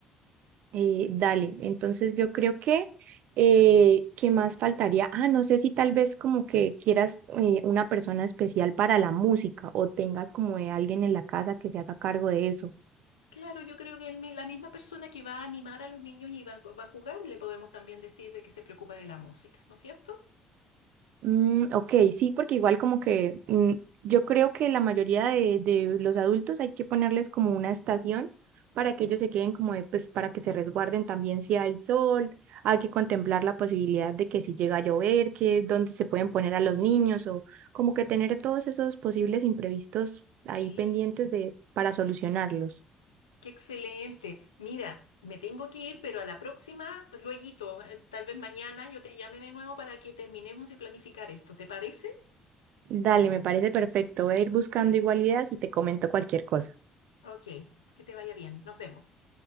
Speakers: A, on the right; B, on the left.
A: Eh, dale, entonces yo creo que, eh, ¿qué más faltaría? Ah, no sé si tal vez como que quieras eh, una persona especial para la música o tengas como de alguien en la casa que se haga cargo de eso.
B: Claro, yo creo que el mi- la misma persona que va a animar a los niños y va, va a jugar, le podemos también decir de que se preocupa de la música, ¿no es cierto?
A: Mm, ok, sí, porque igual como que mm, yo creo que la mayoría de, de los adultos hay que ponerles como una estación para que ellos
B: Mm,
A: se queden como, de, pues para que se resguarden también si hay sol, hay que contemplar la posibilidad de que si llega a llover, que dónde se pueden poner a los niños o como que
B: mm.
A: tener todos esos posibles imprevistos ahí
B: Sí,
A: pendientes de para solucionarlos.
B: qué excelente. Mira, me tengo que ir, pero a la próxima, lueguito, eh, tal vez mañana yo te llame de nuevo para que terminemos de planificar esto. ¿Te parece?
A: Dale, me parece perfecto. Voy a ir buscando igual ideas y te comento cualquier cosa.
B: Ok, que te vaya bien. Nos vemos.